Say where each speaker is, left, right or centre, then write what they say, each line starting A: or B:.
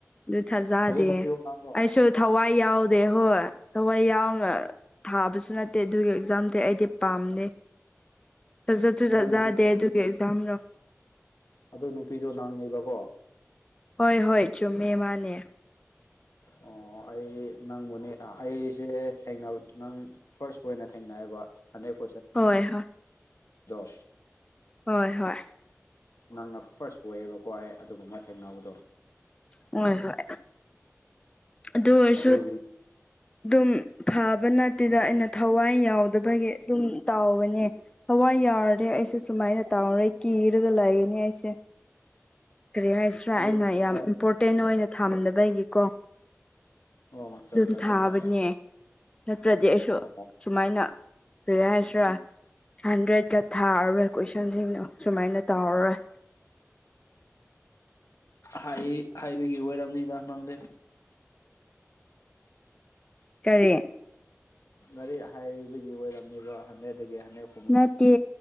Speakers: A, on the left (about 20°); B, on the left (about 75°).
A: ꯑꯗꯨ ꯊꯥꯖꯗꯦ
B: ꯑꯗꯨ ꯅꯨꯄꯤꯔꯣ ꯅꯪꯔꯣ
A: ꯑꯩꯁꯨ ꯊꯋꯥꯏ ꯌꯥꯎꯗꯦ ꯍꯣꯏ ꯊꯋꯥꯏ ꯌꯥꯎꯅ ꯊꯥꯕꯁꯨ ꯅꯠꯇꯦ ꯑꯗꯨꯒꯤ ꯑꯦꯛꯖꯥꯝꯗꯤ ꯑꯩꯗꯤ ꯄꯥꯝꯗꯦ ꯁꯖꯠꯖꯗꯦ
B: ꯑꯗꯨ ꯅꯨꯄꯤꯗꯣ
A: ꯑꯗꯨꯒꯤ ꯑꯦꯛꯖꯥꯝꯔꯣ
B: ꯑꯗꯨ ꯅꯨꯄꯤꯗꯣ ꯅꯪꯅꯦꯕꯀꯣ
A: ꯍꯣꯏ ꯍꯣꯏ ꯆꯨꯝꯃꯦ ꯃꯥꯅꯦ
B: ꯑꯣ ꯑꯩ ꯅꯪꯕꯨꯅꯦ ꯑꯩꯁꯦ ꯊꯦꯡꯅꯕ ꯅꯪ ꯐꯥꯔꯁ ꯄꯣꯏ ꯑꯣꯏꯅ ꯊꯦꯡꯅꯑꯌꯦꯕ ꯍꯟꯗ꯭ꯔꯦꯠ
A: ꯍꯣꯏ ꯍꯣꯏ
B: <unintelligible>
A: ꯍꯣꯏ ꯍꯣꯏ
B: ꯅꯪꯅ ꯐꯥꯔꯁ ꯑꯣꯏꯌꯦꯕꯀꯣ ꯑꯩ ꯑꯗꯨꯒꯨꯝꯕ ꯊꯦꯡꯅꯕꯗꯣ
A: ꯍꯣꯏ ꯍꯣꯏ ꯑꯗꯨ ꯑꯣꯏꯔꯁꯨ
B: ꯑꯗꯨꯒꯤ
A: ꯑꯗꯨꯝ ꯐꯕ ꯅꯠꯇꯦꯗ
B: ꯑꯗꯨꯒꯤ
A: ꯑꯩꯅ ꯊꯋꯥꯏ ꯌꯥꯎꯗꯕꯒꯤ ꯑꯗꯨꯝ ꯇꯥꯎꯕꯅꯦ ꯊꯋꯥꯏ ꯌꯥꯎꯔꯗꯤ ꯑꯩꯁꯨ ꯁꯨꯃꯥꯏꯅ ꯇꯧꫪꯦ ꯀꯤꯔꯒ ꯂꯩꯒꯅꯤ ꯑꯩꯁꯦ ꯀꯔꯤ ꯍꯥꯏꯁꯤꯔꯥ
B: ꯑꯗꯨꯒꯤꯅꯤꯗ
A: ꯑꯩꯅ ꯌꯥꯝ ꯏꯝꯄꯣꯔꯇꯦꯟ ꯑꯣꯏꯅ ꯊꯝꯗꯕ ꯒꯤꯀꯣ
B: ꯑꯣ ꯑꯠꯆꯥ
A: ꯑꯗꯨꯝ
B: ꯑꯠꯆꯥ ꯑꯠꯆꯥ
A: ꯊꯥꯕꯅꯦ
B: ꯑꯠꯆꯥ
A: ꯅꯠꯇ꯭ꯔꯗꯤ ꯑꯩꯁꯨ
B: ꯑꯣ
A: ꯁꯨꯃꯥꯏꯅ ꯀꯔꯤ ꯍꯥꯏꯁꯤꯔꯥ ꯍꯟꯗ꯭ꯔꯦꯗꯀ ꯊꯥꯔꯨꯔꯦ ꯀꯣꯏꯁꯟꯁꯤꯡꯗꯣ ꯁꯨꯃꯥꯏꯅ ꯇꯧꯔꯔꯣꯏ
B: ꯑꯍꯥꯏ ꯍꯥꯏꯕꯒꯤ ꯑꯣꯏꯔꯝꯅꯤꯗ ꯅꯪꯗꯤ
A: ꯇꯔꯦꯠ
B: ꯃꯔꯤꯛ ꯍꯥꯏꯕꯒꯤ ꯑꯣꯏꯔꯝꯃꯤꯕ ꯍꯟꯗ꯭ꯔꯦꯠꯗꯒꯤ ꯍꯟꯗꯦꯛ
A: ꯅꯠꯇꯦ